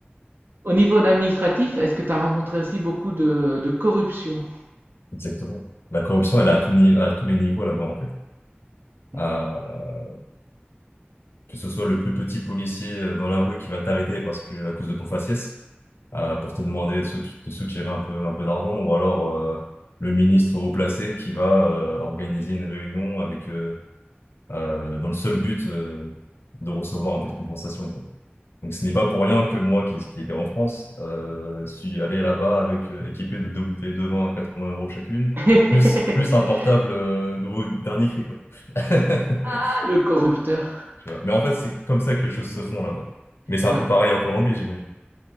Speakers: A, on the right; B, on the left.
A: Au niveau administratif, est-ce que tu as rencontré aussi beaucoup de, de corruption?
B: exactement. La corruption, elle est à tout ni- à tous les niveaux là-bas, en fait.
A: Mhm.
B: À- Que ce soit le plus petit policier euh, dans la rue qui va t'arrêter parce que à cause de ton faciès, euh, pour te demander de sou- te soutirer un peu, un peu d'argent, ou alors euh, le ministre haut placé qui va euh, organiser une réunion avec euh, euh, dans le seul but euh, de recevoir un peu de compensation, quoi. Donc ce n'est pas pour rien que moi, qui, qui était en France, euh, suis allé là-bas avec euh, équipé de deux bouteilles de vin à 80 euros chacune,
A: <laughs>
B: plus, plus un portable euh, nouveau dernier cri, quoi. <laughs>
A: Ah, Le corrupteur.
B: Tu vois. Mais en fait, c'est comme ça que les choses se font là-bas. Mais c'est
A: Ouais.
B: un peu pareil en Colombie, j'imagine.